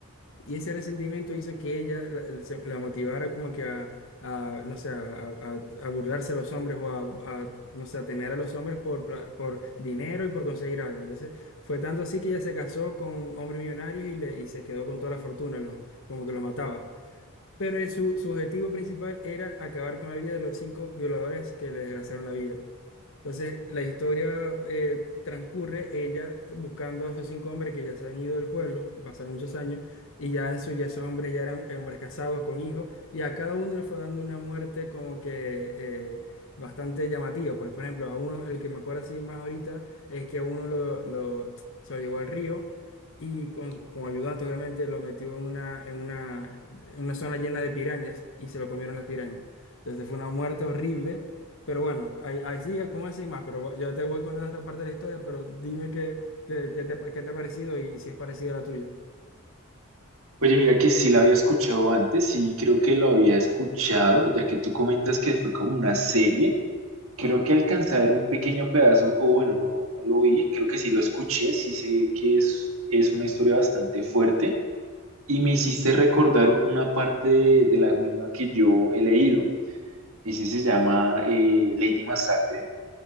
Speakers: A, on the left; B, on the right.
A: y ese resentimiento hizo que ella la, el- se- la motivara como que a, a, no sé, a, a- a burlarse a los hombres o a, a, no sé, a tener a los hombres por, pla- por dinero y por conseguir algo. Entonces, fue tanto así que ella se casó con hombres millonarios y, le, y se quedó con toda la fortuna, lo- como que los mataba. Pero eh, su, su objetivo principal era acabar con la vida de los cinco violadores que le desgraciaron la vida. Entonces, la historia eh, transcurre ella buscando a esos cinco hombres que ya se han ido del pueblo, pasaron muchos años, y ya en su ya esos hombres ya eran eh, hombres casados con hijos, y a cada uno le fue dando una muerte como que eh, bastante llamativa. Pues, por ejemplo, a uno, el que me acuerdo así más ahorita, es que a uno lo, lo- se lo llevó al río y con, con ayudante, obviamente, lo metió en una, en una, en una zona llena de pirañas y se lo comieron las pirañas. Entonces, fue una muerte horrible pero bueno, ahí, ahí sigue, ¿cómo así más? Pero yo te voy contando esta parte de la historia, pero dime qué, qué, qué te, qué te ha parecido y, si es parecida a la tuya.
B: Oye, mira que sí la había escuchado antes, sí creo que lo había escuchado, ya que tú comentas que fue como una serie. Creo
A: Ajá,
B: que alcanzé a ver un pequeño pedazo, o bueno, no, no lo vi, creo que sí lo escuché, sí sé que es, es una historia bastante fuerte y me hiciste recordar una parte de, de la misma que yo he leído. Ese se llama eh, Lady Massacre